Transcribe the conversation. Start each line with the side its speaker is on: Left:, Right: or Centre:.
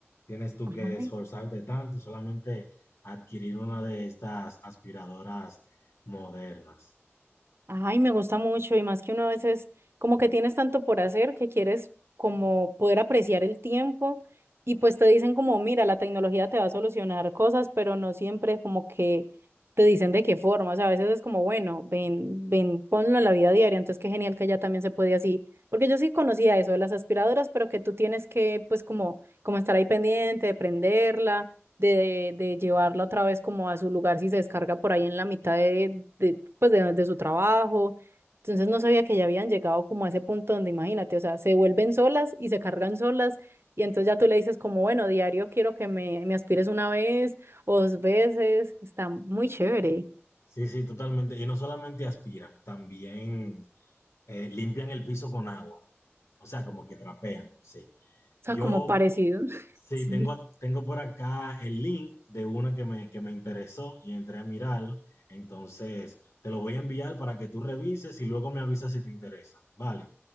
Left: Tienes tú
Right: Ajá.
Left: que esforzarte tanto, solamente adquirir una de estas aspiradoras modernas.
Right: Ay, me gusta mucho y más que uno a veces como que tienes tanto por hacer que quieres como poder apreciar el tiempo y pues te dicen como, mira, la tecnología te va a solucionar cosas, pero no siempre como que te dicen de qué forma, o sea, a veces es como, bueno, ven, ven, ponlo en la vida diaria, entonces qué genial que ya también se puede así, porque yo sí conocía eso de las aspiradoras, pero que tú tienes que pues como, como estar ahí pendiente, prenderla de, de llevarla otra vez como a su lugar si se descarga por ahí en la mitad de, de, pues de, de su trabajo. Entonces no sabía que ya habían llegado como a ese punto donde imagínate, o sea, se vuelven solas y se cargan solas y entonces ya tú le dices como, bueno, diario quiero que me, me aspires una vez o dos veces, está muy chévere,
Left: Sí, sí, totalmente. Y no solamente aspiran, también eh, limpian el piso con agua. O sea, como que trapean, sí.
Right: o
Left: Yo,
Right: sea, como parecido. <laughs>
Left: sí,
Right: Sí.
Left: tengo, ac- tengo por acá el link de una que me, que me interesó y entré a mirarla. Entonces, te lo voy a enviar para que tú revises y luego me avisas si te interesa. Vale,